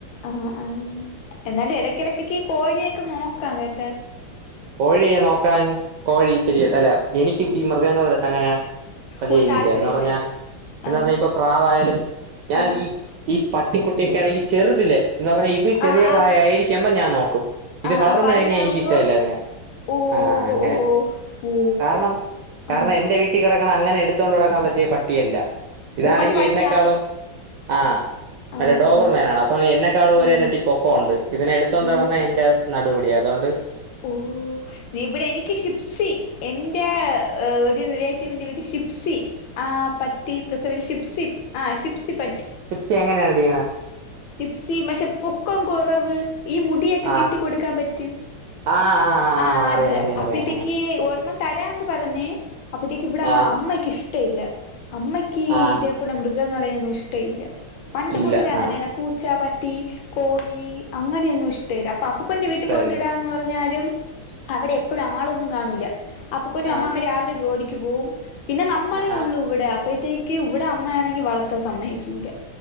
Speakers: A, on the left; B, on the right.
A: ആ.. ആ.. എന്നാണ്ട് ഇടക്ക്- ഇടക്കൊക്ക ഈ കോഴിയൊക്കെ നോക്കാം കേട്ടോ.
B: കോഴിയെ നോക്കാൻ കോഴി- ശരിയല്ല അല്ല, എനിക്കും ഈ- മൃഗങ്ങള എടുത്ത് അങ്ങനാ- അത്
A: ഓ
B: ചെയ്തില്ലേ?
A: താല്പര്യം
B: എന്ന് പറഞ്ഞാ
A: ഇല്ല
B: എന്ന്
A: ആഹ്
B: പറഞ്ഞാ ഇപ്പോ പ്രാവായാലും ഞാൻ
A: ആഹ്
B: ഈ ഈ- പട്ടിക്കുട്ടിയൊക്കെയാണങ്കി ചെറുതില്ലേ എന്ന് പറഞ്ഞാ ഇത് ചെറിയ
A: ആഹ്
B: പ്രായ ആയിരിക്കുമ്പം ഞാൻ നോക്കും ഇത്
A: ആഹ്
B: വളർന്നഴിഞ്ഞാ
A: ആഹ് വലുതാവുമ്പോ
B: എനിക്ക് ഇഷ്ടല്ല അതിനെ
A: ഓ
B: ആഹ് അങ്ങനെ
A: ഓ ഓ ഓ
B: കാരണം കാരണം
A: ആഹ്
B: എന്റെ വീട്ടി കെടക്കണങ്ങനെ എടുത്തോണ്ട്ടക്കാൻ പറ്റിയ പട്ടിയല്ല ഇതാണെങ്കി
A: ഓ മറ്റേ വലുതാ
B: എന്നെക്കാളും ആഹ്
A: ആഹ്
B: അതെ ഡോബർ
A: ആഹ്
B: മേനാണ് അപ്പൊ എന്നെക്കാളും
A: ഓ
B: ഒരെരട്ടി പൊക്കോണ്ട് ഇതിനെ എടുത്തോണ്ട
A: അയ്യോ
B: നടന്ന എന്റെ നടുഒടിയും അതുകൊണ്ട്
A: ഓ ഇവിടെ എനിക്ക് ഷിപ്സി എന്റെ ഒരു റിലേറ്റീവിറെ വീട്ടിൽ ഷിപ്സി ആഹ് ആഹ് പട്ടി പ്രസവിച്ചി ഷിപ്സി ആഹ് ഷിപ്സിപ
B: ചിപ്സി എങ്ങനെയാനിരിക്കുന്നത്
A: ഷിപ്സി പക്ഷേ പൊക്കം കൊറവ് ഈ മുടിയൊക്കെ
B: ആഹ്
A: കെട്ടിക്കൊടുക്കാൻ പറ്റും
B: ആഹ്
A: ആഹ്
B: അറിയാം
A: അത്
B: അറിയാം
A: അപ്പത്തേക്ക്
B: അറിയാം ആഹ്.
A: ഒരെണ്ണം തരാന്ന് പറഞ്ഞ് അപ്പത്തേക്ക് ഇവടെ
B: ആഹ്
A: അമ്മയ്ക്ക് ഇഷ്ടല്ല അമ്മയ്ക്ക്
B: ആഹ്
A: ഇതേപലെ മൃഗ ളേന്നും ഇഷ്ടയില്ല പണ്ട്
B: ഇല്ല
A: മുതലേ ങ്ങനെന്നേ
B: ആഹ്
A: പൂച്ച പ ട്ടി കോഴി അങ്ങനെയൊന്നും ഇഷ്ടല്ല അപ്പൊ അപ്പൂപ്പന്റെവീട്ടികൊണ്ടിടാ
B: ഇഷ്ടല്ല.
A: എന്ന്പറഞ്ഞാലും അവിടെ എപ്പോഴും ആളൊന്നും കാണൂല്ല അപ്പൂപ്പനും അമ്മാമ്മീം
B: ആഹ്
A: രാവിലെ ജോലിക്ക് പോവും പിന്നെ നമ്മളെ
B: ആഹ് ആഹ്
A: ഉള്ളു ഇവിടെ അപ്പഴത്തേക്ക് ഇവിടെ അമ്മയാണെങ്കി വളർത്താൻ സമ്മയ്ക്കൂല്ല